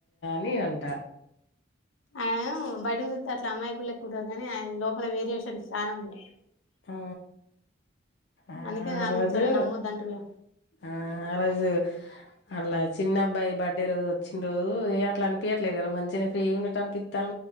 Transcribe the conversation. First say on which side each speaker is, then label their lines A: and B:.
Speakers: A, on the left (about 55°); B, on the left (about 80°).
A: నీ అంట
B: ఆయన బడితో అట్లా అమాయికు లేకు ఉంటారు కానీ ఆయన లోపల వేరియేషన్స్ చాలా ఉన్నాయి
A: ఆ ఆ
B: అందుకే నాన్
A: రోజు
B: ముచ్చోళ్ళని నమ్మొద్దు అంటారుగా
A: ఆ ఆ రోజు అలా చిన్న అబ్బాయి బర్త్డే రోజు వచ్చినారు ఏ అట్లా అనిపించట్లేదు కదా మంచిగానే ఫ్రీగా ఉండట్టు అనిపిస్తాం